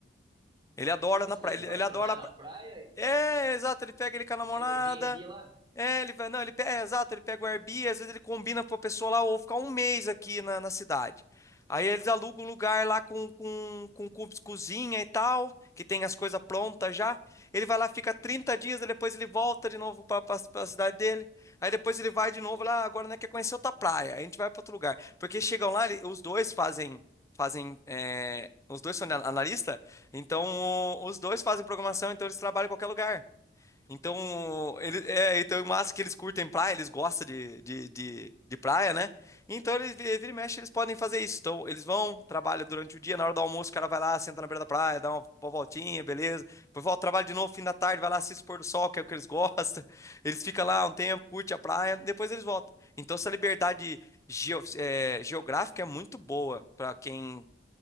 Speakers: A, on the left; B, on the right.
A: Ele adora
B: Como
A: na
B: assim?
A: praia,
B: Ele
A: ele,
B: vai
A: ele
B: trabalhar
A: adora. a
B: na
A: pra-
B: praia e
A: É, exato, ele pega ele com a namorada.
B: pega o Airbnb lá?
A: É, ele vai, não, ele pega, é, exato, ele pega o Airbnb, às vezes ele combina com a pessoa lá, ou ficar um mês aqui na, na cidade. Aí eles alugam um lugar lá com, com, com, com cozinha e tal, que tem as coisas prontas já. Ele vai lá, fica 30 dias, aí depois ele volta de novo para a cidade dele. Aí depois ele vai de novo
B: Olha que
A: lá, agora não quer conhecer outra praia, aí a gente vai para outro lugar. Porque chegam lá, ele- os dois fazem, fazem, é, os dois são analista, então o- os dois fazem programação, então eles trabalham em qualquer lugar. Então,
B: que massa,
A: ele, é,
B: cara.
A: então, massa que eles curtem praia, eles gostam de, de, de, de praia, né? Então, eles, vi- vira e mexe, eles podem fazer isso. Então, eles vão, trabalham durante o dia, na hora do almoço, o cara vai lá, senta na beira da praia, dá uma, uma voltinha, beleza. Depois volta, trabalha de novo, fim da tarde, vai lá, assiste o pôr do sol, que é o que eles <laughs> gostam. Eles ficam lá um tempo, curte a praia, depois eles voltam. Então, essa liberdade geo- é, geográfica é muito boa para quem